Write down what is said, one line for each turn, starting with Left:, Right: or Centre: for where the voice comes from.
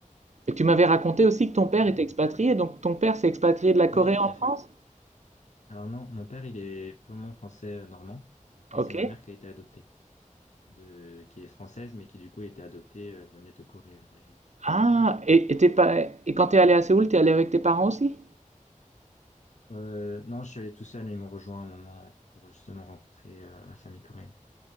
Right: Et tu m'avais raconté aussi que
Left: Donc,
Right: ton père
Left: euh,
Right: était expatrié, donc ton père s'est expatrié de la Corée
Left: oui, tout
Right: en France?
Left: à fait. Alors non, mon père, il est purement français euh, normand et
Right: Ok.
Left: c'est ma mère qui a été adoptée de qui est française mais qui du coup a été adoptée, euh, elle venait de Corée à l'origine.
Right: Ah, et, et t'es pas, et quand t'es allé à Séoul, t'es allé avec tes parents aussi?
Left: Euh, non, je suis allé tout seul, mais ils m'ont rejoint à un moment pour justement rencontrer euh, la famille coréenne.